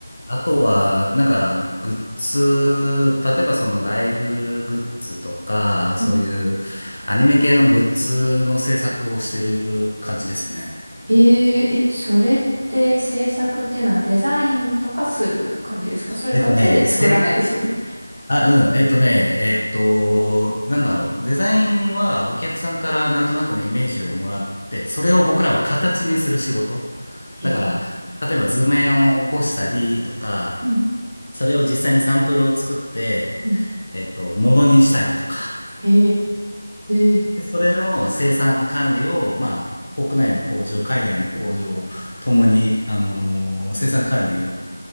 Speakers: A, on the left (about 45°); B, on the right (about 40°).
A: あとは、なんか、グッズ、例えばそのライブグッズとか、そういうアニメ系のグッズの制作をしてる感じですね。
B: うん。えー、え、それって制作っていうのはデザインとかする感じですかそれか手で作らないですよね。
A: えっとね、世あ、うん。えっとね、えっと、なんだろう。デザインはお客さんからなんとなくのイメージをもらって、それを僕らは形にする仕事。
B: へえ。
A: だから、例えば図面を起こしたりとか、
B: うん、
A: それを実際にサンプルを作って、
B: うん。
A: えっと、ものにしたりとか。
B: へえ。
A: で、それの生産管理を、まあ、国内の工場、海外の工場ともに、
B: うん、
A: あのー生産管理を